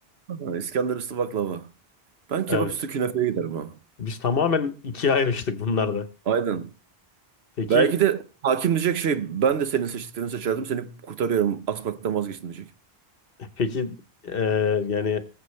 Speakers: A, on the right; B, on the left.
A: Ha, İskender üstü baklava. Ben kebap
B: Evet.
A: üstü künefeye giderim ha.
B: Biz tamamen ikiye ayrıştık bunlarda.
A: Aynen.
B: Peki
A: Belki de hakim diyecek şey ben de senin seçtiklerini seçerdim seni kurtarıyorum asmaktan vazgeçtim diyecek.
B: peki eee, yani